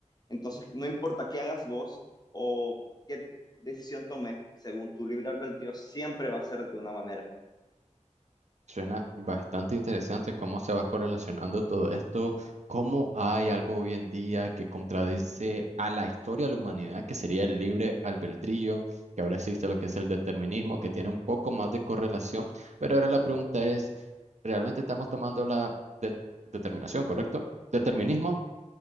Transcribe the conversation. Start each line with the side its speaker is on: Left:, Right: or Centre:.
Left: Entonces, no importa qué hagas vos o qué decisión tomes, según tu libre albedrío, siempre va a ser de una manera.
Right: Suena bastante interesante cómo se va correlacionando todo esto, cómo hay algo hoy en día que contradice a la historia de la humanidad, que sería el libre albedrío, que ahora existe lo que es el determinismo, que tiene un poco más de correlación, pero ahora la pregunta es, ¿realmente estamos tomando la de- determinación, correcto? Determinismo